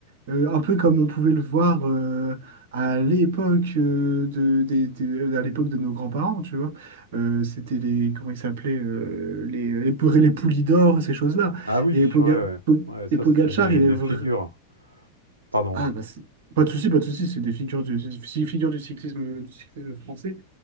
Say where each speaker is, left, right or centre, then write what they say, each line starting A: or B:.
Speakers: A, on the right (about 55°); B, on the right (about 80°).
A: euh, un peu comme on pouvait le voir euh, à l'époque euh, de, des- des- euh, à l'époque de nos grands-parents, tu vois. Euh, c'était les, comment ils s'appelaient, euh, les, les, pour- les poulies d'or, ces choses-là.
B: Ah oui,
A: Et, Poga,
B: ouais, ouais,
A: Po-
B: ouais, ça
A: et Pogacar,
B: c'était des
A: il
B: des
A: est vrai.
B: figures. hein. Pardon.
A: Ah, bah, c'est- pas de souci, pas de souci, c'est des figures du, c'est des figures du cyclisme, du cyclisme français.